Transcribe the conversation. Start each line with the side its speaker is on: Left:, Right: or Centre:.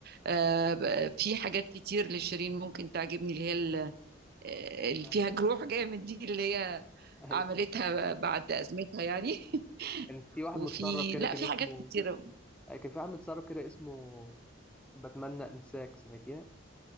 Right: آه، ب- في حاجات كتير لشيرين ممكن تعجبني اللي هي ال- آه، اللي
Centre: <laughs> آه.
Right: فيها جروح جامد دي اللي هي
Centre: اي
Right: عملتها بعد ازمتها يعني <laughs>
Centre: كان في واحد
Right: وفي
Centre: متسرب كده
Right: لا
Centre: كان
Right: في
Centre: اسمه
Right: حاجات كتيره
Centre: آه، كان في واحد متسرب كده اسمه بتمنى انساك سمعتيها